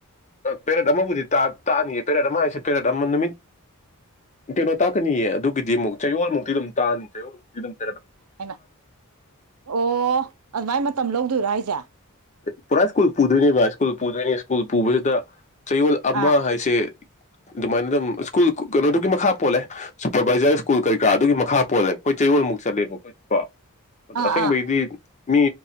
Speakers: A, on the left; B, on the right.
A: ꯄꯦꯔꯦꯠ ꯑꯃꯕꯨꯗꯤ ꯇꯥꯛꯑꯅꯤꯌꯦ ꯄꯦꯔꯦꯠ ꯑꯃ ꯍꯥꯏꯁꯦ ꯄꯦꯔꯦꯠ ꯑꯃ ꯅꯨꯃꯤꯠ ꯀꯩꯅꯣ ꯇꯥꯛꯀꯅꯤꯌꯦ ꯑꯗꯨꯒꯤꯗꯤ ꯑꯃꯨꯛ ꯆꯌꯣꯜꯃꯨꯛꯇꯤ ꯑꯗꯨꯝ ꯇꯥꯑꯅꯤ ꯆꯌꯣꯜꯃꯨꯛꯇ ꯏꯝ
B: ꯍꯥꯏꯅ ꯑꯣ ꯑꯗꯨꯃꯥꯏ ꯃꯇꯝ ꯂꯧꯗꯣꯏꯔꯥ ꯍꯥꯏꯁꯦ
A: ꯄꯔꯥꯏ ꯁ꯭ꯀꯨꯜ ꯄꯨꯗꯣꯏꯅꯤ ꯚꯥꯏ ꯁ꯭ꯀꯨꯜ ꯄꯨꯗꯣꯏꯅꯤ ꯁ꯭ꯀꯨꯜ ꯄꯨꯕꯁꯤꯗ ꯆꯌꯣꯜ ꯑꯃ
B: ꯑꯥ
A: ꯍꯥꯏꯁꯦ ꯑꯗꯨꯃꯥꯏꯅ ꯑꯗꯨꯝ ꯁ꯭ꯀꯨꯜ ꯀꯩꯅꯣꯗꯨꯒꯤ ꯃꯈꯥ ꯄꯣꯜꯂꯦ ꯁꯨꯄꯔꯚꯥꯏꯖꯔ ꯁ꯭ꯀꯨꯜ ꯀꯩꯀꯥ ꯑꯗꯨꯒꯤ ꯃꯈꯥ ꯄꯣꯜꯂꯦ ꯑꯩꯈꯣꯏ ꯆꯌꯣꯜꯃꯨꯛ ꯆꯠꯂꯦꯕ ꯑꯩꯈꯣꯏꯁꯨ ꯀꯣ
B: ꯑꯥ
A: ꯑ ꯑꯁꯦꯡꯕꯒꯤꯗꯤ
B: ꯑꯥ
A: ꯃꯤ